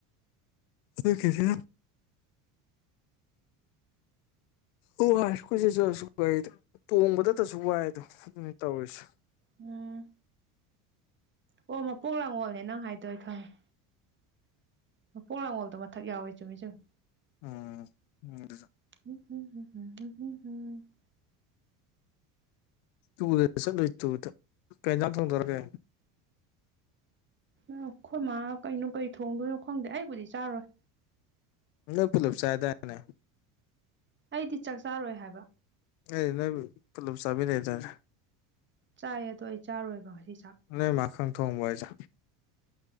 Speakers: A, on the left (about 75°); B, on the right (about 25°).
A: ꯁꯤꯁꯤ ꯑꯣ ꯀꯣꯏꯁꯤꯠ ꯆꯁꯨ ꯀꯗ ꯇꯣꯡꯕꯗꯇꯁꯨ ꯋꯥꯏꯗꯣ ꯑꯗꯨꯃꯥꯏꯅ ꯇꯧꯔꯤꯁꯦ
B: ꯎꯝ ꯑꯣ ꯃꯄꯣꯛ ꯂꯥꯡꯒꯣꯜꯅꯦ ꯅꯪ ꯍꯥꯏꯗꯣꯏ ꯑꯩ ꯈꯪꯉꯦ ꯃꯄꯣꯛ ꯂꯉꯣꯜꯗ ꯃꯊ ꯌꯥꯎꯋꯤ ꯆꯨꯝꯃꯤ ꯆꯨꯝꯃꯤ
A: ꯎꯝ ꯎꯝ ꯑꯗꯨ
B: ꯎ
A: ꯇꯨꯗ ꯆꯠꯂꯨꯁꯤ ꯇꯨꯗ ꯀꯩꯖ ꯊꯪꯗꯣꯔꯔꯒꯦ
B: ꯑꯩꯈꯣꯏꯃ ꯀꯩꯅꯣ ꯀꯩ ꯊꯣꯡꯗꯣꯏꯅꯣ ꯈꯪꯗꯦ ꯑꯩꯕꯨꯗꯤ ꯆꯥꯔꯣꯏ
A: ꯅꯣꯏ ꯄꯨꯂꯞ ꯆꯥꯏ ꯑꯗꯥꯏꯅꯦ
B: ꯑꯩꯗꯤ ꯆꯥꯛ ꯆꯥꯔꯣꯏ ꯍꯥꯏꯕ
A: ꯑꯩꯅ ꯅꯣꯏꯕꯨ ꯄꯨꯂꯞ ꯆꯥꯃꯤꯟꯅꯩ ꯑꯗꯥꯏꯅꯦ
B: ꯆꯥꯏꯌꯦ ꯑꯗꯣ ꯑꯩ ꯆꯥꯔꯣꯏꯕ ꯉꯁꯤ ꯆꯥꯛ
A: ꯅꯣꯏ ꯃꯥꯈꯛ ꯊꯣꯡꯕꯣ ꯍꯥꯏꯖꯦ